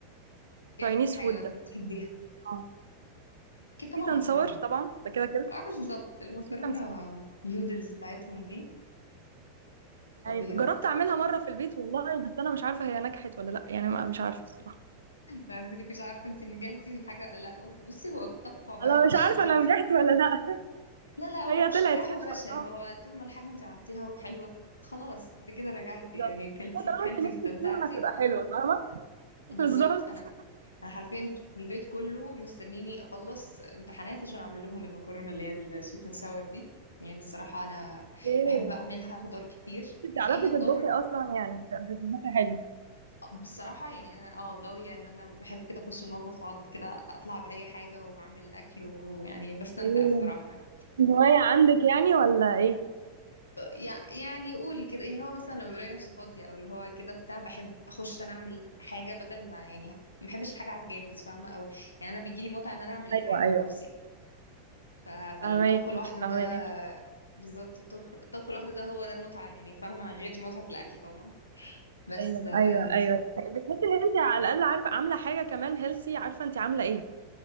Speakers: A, on the left; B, on the right.
A: ايه
B: تشاينيز
A: أكتر حاجة
B: فود
A: مثلا
B: ده
A: بتحبيها؟
B: اه
A: أكيد طبعا
B: سويت
A: المكرونة
B: اند ساور طبعا ده كده كده
A: معرفش بالظبط المكرونة
B: وسويت اند ساور
A: النودلز بتاعتهم دي خطيرة
B: ايوه جربت اعملها مره في البيت والله بس انا مش عارفه هي نجحت ولا لا يعني ما مش عارفه الصراحه
A: بحب انك مش عارفة انت نجحتي في الحاجة ولا لأ بصي هو الطبخ عبارة
B: انا
A: عن مش
B: مش عارفه
A: انت
B: انا نجحت ولا لا <laughs>
A: لا لا هو
B: هي
A: مش
B: طلعت
A: نجاح
B: كده
A: وفشل
B: بقى فاهمه
A: هو طول ما الحاجة انت عملتيها وحلوة خلاص انت كده نجحتي
B: بالظبط
A: يعني كلتي
B: هو طالما
A: كلتي
B: انت
A: واستمتعتي
B: نفسك فيها هتبقى حلوه فاهمه <laughs>
A: بالظبط
B: بالظبط
A: انا انا حرفيا البيت كله مستنيني اخلص امتحانات عشان اعمل لهم المكرونه اللي هي السويت اند ساور دي يعني الصراحه انا
B: ايه
A: بحب بقى اعملها خضار كتير
B: بتعرفي
A: يعني اي
B: تطبخي
A: خضار
B: اصلا يعني بتطبخي حلو
A: بصراحه يعني انا اه غاويه ان انا بحب كده اخش المطبخ واقعد كده اطلع باي حاجه واعمل اكل ويعني بستمتع
B: إيه،
A: الصراحه
B: هواية عندك يعني ولا ايه
A: يع- يعني قولي كده يعني اللي هو مثلا لما بلاقي نفسي فاضيه او اللي هو كده بتاع بحب اخش انا اعمل حاجه بدل ما يعني ما بحبش الحاجه على الجاهز فاهمه او يعني انا بيجيلي متعه ان انا اعمل الحاجه
B: ايوه ايوه
A: بنفسي ف... فالطبخ
B: فهماك
A: لوحده
B: فهماك
A: ده بالظبط الطبخ الطبخ لوحده ده هو ده متعة يعني فاهمة غير متعة الأكل طبعا بس
B: ايوه
A: آه،
B: ايوه ايوه بتحسي ان انت على الاقل عارفه عامله حاجه كمان هيلسي عارفه انت عامله ايه